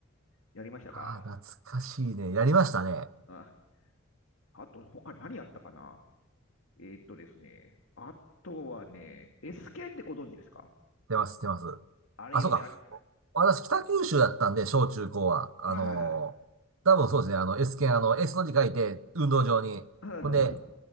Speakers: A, on the left; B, on the right.
A: やりましたか
B: ああ、懐かしいね。やりましたね。
A: あ、あと、他何やったかなえーっとですね。あとはね、S 剣ってご存知ですか
B: 出ます、出ます。
A: あれよ、
B: あ、そうか。
A: やる。
B: 私、北九州だったんで、小中高は。
A: はいはいはい。
B: あのー多分そうですね。あの、S 剣、あの、S の字書いて、運動場に。
A: そうです。そうそうそうそう。
B: ほんで、